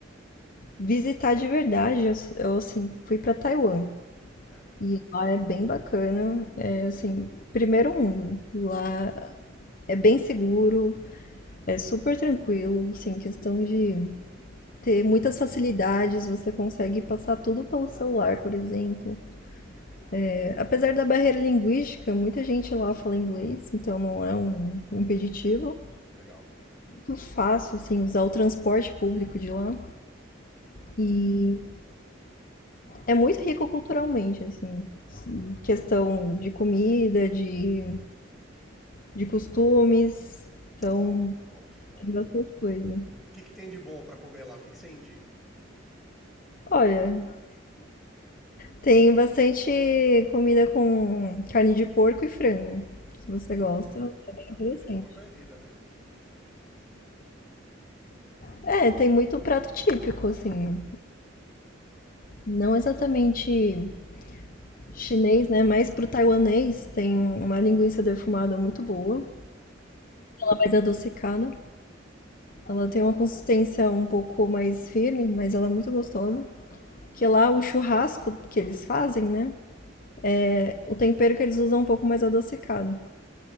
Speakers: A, on the left; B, in the centre.
A: visitar de verdade. Eu, eu, assim, fui pra Taiwan.
B: É,
A: E lá é bem bacana. É, assim, primeiro mundo. Lá é bem seguro, é super tranquilo, assim, questão de ter muitas facilidades, você consegue passar tudo pelo celular, por exemplo. É, apesar da barreira linguística, muita gente lá fala inglês, então não é um impeditivo.
B: legal.
A: Muito fácil, assim, usar o transporte público de lá. E é muito rico culturalmente, assim, questão de comida, de, de costumes, então
B: Bom, bom, bom.
A: tem bastante coisa.
B: O que que tem de bom para comer lá? O que que você indica?
A: Olha, Tem bastante comida com carne de porco e frango. Se você gosta, é bem
B: Ah,
A: interessante.
B: carne de porco é vida, né?
A: É, tem muito prato típico, assim. Não exatamente chinês, né? Mas pro taiwanês tem uma linguiça defumada muito boa, ela é mais adocicada. Ela tem uma consistência um pouco mais firme, mas ela é muito gostosa. que lá o churrasco que eles fazem, né? é- O tempero que eles usam é um pouco mais adocicado.